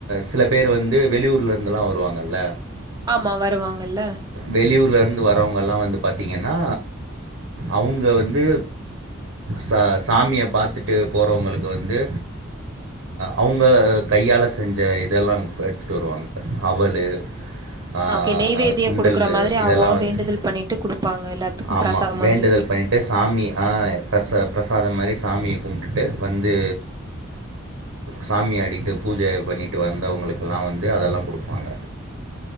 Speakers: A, on the right (about 65°); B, on the right (about 20°).
A: சில பேர் வந்து வெளியூர்ல இருந்தல்லா வருவாங்கல்ல
B: ஆமா வருவாங்கல்ல
A: வெளியூர்லருந்து வரவங்க எல்லா வந்து பாத்தீங்கன்னா அவங்க வந்து ச சாமிய பாத்துட்டு போறவங்களுக்கு வந்து அவங்க கையால செஞ்ச இதெல்லாம் எடுத்துட்டு வருவாங்க அவலு ஆ
B: ஓகே நெய்வேத்தியம்
A: சுண்டல்லு
B: குடுக்குற மாதிரி
A: இதெல்லா
B: அவங்கவங்க
A: வந்து
B: வேண்டுதல் பண்ணிட்டு குடுப்பாங்க எல்லாத்துக்கும்
A: ஆமா
B: பிரசாதம்
A: வேண்டுதல்
B: மாதிரி.
A: பண்ணிட் சாமி ஆ பிர பிரசாதம் மாதிரி சாமிய கும்ட்டுட்டு வந்து சாமி ஆடிகிட்டு பூஜ பண்ணிட்டு வந்தவங்களுக்கல்லா வந்து அதல்லா குடுப்பாங்க